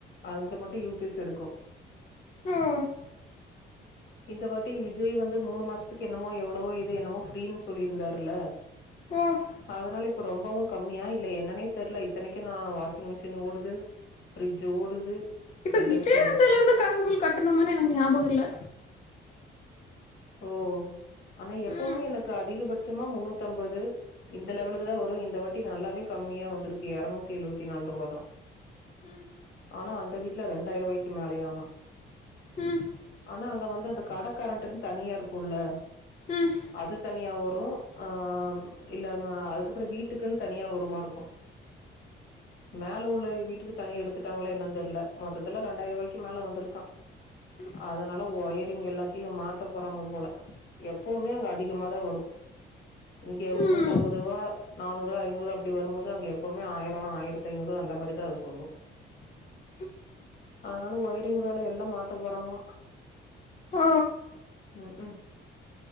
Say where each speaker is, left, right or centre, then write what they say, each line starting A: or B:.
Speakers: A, on the left (about 60°); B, on the left (about 35°).
A: அங்க மட்டு யூ பி எஸ் எடுக்கு
B: ம்
A: இந்த வாட்டி விஜய் வந்து மூணு மாசத்துக்கு என்னமோ எவ்வளவோ இது என்னமோ ஃப்ரீன் சொல்லிருந்தாருல்ல
B: ம்
A: அதனால இப்ப ரொம்பவு கம்மியா இல்ல என்னன்னே தெர்ல இத்தனிக்கு நா வாஷிங் மிஷின் ஓடுது ஃப்ரிட்ஜ்ஜு ஓடுது
B: இப்ப
A: இண்டக்ஷன்
B: விஜய்
A: அடுப்
B: வந்தல்ல இருந்து கரண்ட் பில் கட்டணுமானு எனக் ஞாபக இல்ல
A: ஓ ஆனா எப்பவுமே
B: ம்
A: எனக்கு அதிகபட்சமா முன்னூத்தம்பது இந்த லெவலுக்கு தா வரு இந்த வாட்டி நல்லாவே கம்மியா வந்திருக்கு எரநூத்தி எழுவத்தி நால்ருவாதா
B: ம்
A: ஆனா அந்த வீட்ல ரெண்டாய்ருவாய்க்கு மேலயாமா
B: ம்
A: ஆனா அங்க வந்து அந்த கடக்காரண்டன் தனியா இருக்குல்ல
B: ம்
A: அது தனியா வரு ஆ இல்ல ம அதுக்கப்பறோ வீட்டுக்குன் தனியா வருமா இருக்கு
B: <inaudible>
A: மேல உள்ள வீட்டுக்கு தனியா எடுத்துட்டாங்களா என்னான் தெரில மொத்தத்துல ரெண்டாயிருவாய்க்கு மேல வந்துருக்கா
B: <inaudible>
A: அதுனால ஒயரிங் எல்லாத்தையு மாத்த போறாங்க போல எப்பவுமே அங்க அதிகமா தா வரு இங்க முன்னூத்
B: ம்
A: அம்பது ருவா நானூறு ஐநூறு அப்டி வரும்போது அங்க எப்வுமே ஆயரோ ஆயரத்தி ஐநூறு அந்த மாரிதா அது சொல்லு
B: <inaudible>
A: அதுனால ஒயரிங் வேல எல்லா மாத்த போறாங்களா
B: ஓ
A: ம் ம்